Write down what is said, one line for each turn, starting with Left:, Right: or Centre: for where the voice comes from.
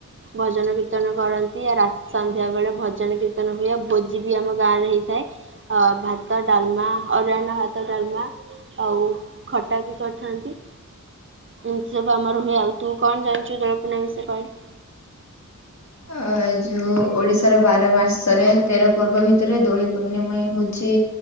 Right: ଭଜନ କୀର୍ତ୍ତନ କରନ୍ତି। ରାତି ସନ୍ଧ୍ୟାବେଳେ ଭଜନ କୀର୍ତ୍ତନ ହୁଏ ଆଉ ଭୋଜି ବି ଆମ ଗାଁ ରେ ହେଇଥାଏ। ଅ ଭାତ, ଡାଲମା ଅରୁଆନ୍ନ ଭାତ, ଡାଲମା ଆଉ ଖଟା ବି କରିଥାନ୍ତି। ଏମିତି ସବୁ ଆମର ହୁଏ, ଆଉ ତୁ କଣ ଜାଣିଛୁ ଦୋଳପୂର୍ଣ୍ଣିମା ବିଷୟରେ କହିଲୁ?
Left: ଅ ଯୋଉ ଓଡିଶାର ବାର ମାସରେ ତେର ପର୍ବ ଭିତରେ ଦୋଳି ପୂର୍ଣ୍ଣିମିହଉଚି